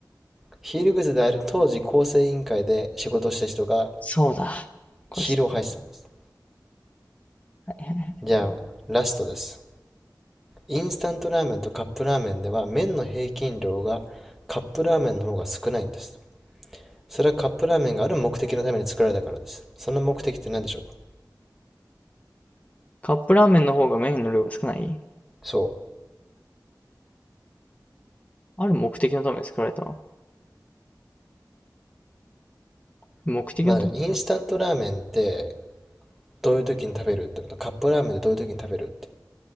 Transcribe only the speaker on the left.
そうだ。これ知
らない。
カップラーメンの方が麺の量が少ない
ある目的のために作られた。目的のために作ら